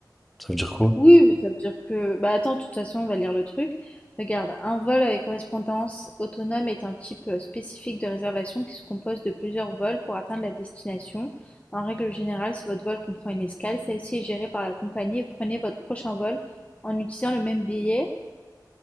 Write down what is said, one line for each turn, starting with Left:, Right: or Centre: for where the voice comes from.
Centre: Ça veut dire quoi?
Left: Oui, mais ça veut dire que... Bah attends, de toute façon, on va lire le truc. Regarde, un vol avec correspondance autonome est un type euh, spécifique de réservation qui se compose de plusieurs vols pour atteindre la destination. En règle générale, si votre vol comprend une escale, celle-ci est gérée par la compagnie et vous prenez votre prochain vol en utilisant le même billet.